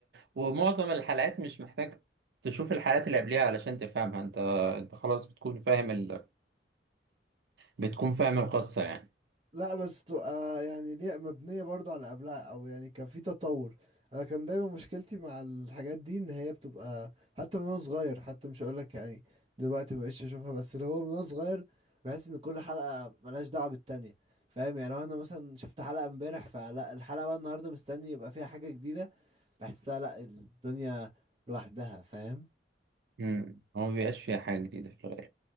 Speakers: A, on the right; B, on the right.
A: ومعظم الحلقات مش محتاج تشوف الحلقات اللي قبلها علشان تفهمها انت انت خلاص بتكون فاهم ال... بتكون فاهم القصة يعني
B: لا بس تبقى يعني ليه مبنية برضو على قبلها او يعني كان في تطور انا كان دايما مشكلتي مع الحاجات دي ان هي بتبقى حتى من وانا صغير حتى مش هقولك يعني دلوقتي مبقتش اشوفها بس اللي هو من وانا صغير بحس ان كل حلقة ملهاش دعوة بالتانية فاهم يعني لو انا مثلا شفت حلقة امبارح فلا الحلقة بقى النهاردة مستني يبقى فيها حاجة جديدة بحسها لا الدنيا لوحدها فاهم
A: امم هو ما بيبقاش فيها حاجة جديدة في الغالب